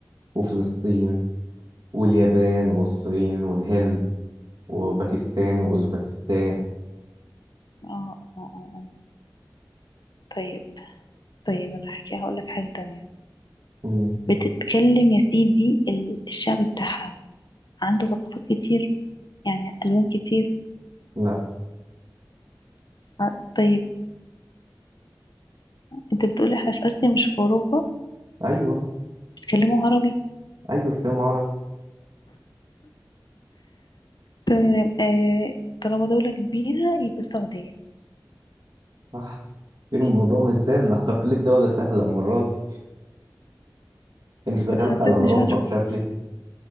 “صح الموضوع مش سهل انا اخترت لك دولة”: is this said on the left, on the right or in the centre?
Right